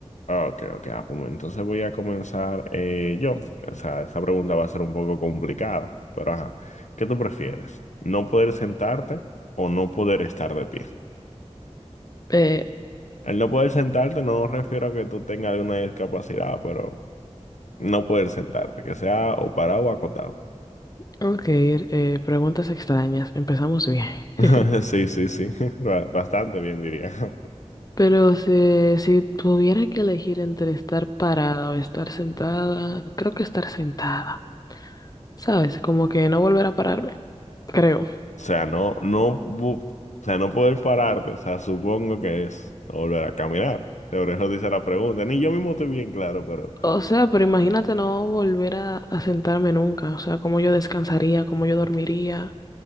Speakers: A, on the left; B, on the left.
A: Ah, Ok, ok. Ah, pues entonces voy a comenzar eh, yo. O sea, esa pregunta va a ser un poco complicada, pero ajá. ¿Qué tú prefieres? ¿No poder sentarte o no poder estar de pie?
B: Eh,
A: Al no poder sentarte, no refiero a que tú tengas alguna discapacidad, pero no poder sentarte, que sea o parado o acotado.
B: ok, eh, preguntas extrañas. Empezamos bien.
A: <laughs>
B: <laughs>
A: Sí, sí, sí, <laughs> Ba- bastante bien diría. <laughs>
B: Pero si, si tuviera que elegir entre estar parada o estar sentada, creo que estar sentada. ¿Sabes? Como que no volver a pararme, creo.
A: O sea, no, no, bu- o sea, no poder pararte, o sea, supongo que es volver a caminar. Sobre eso dice la pregunta. Ni yo mismo estoy bien claro, pero
B: O sea, pero imagínate no volver a, a sentarme nunca. O sea, cómo yo descansaría, cómo yo dormiría.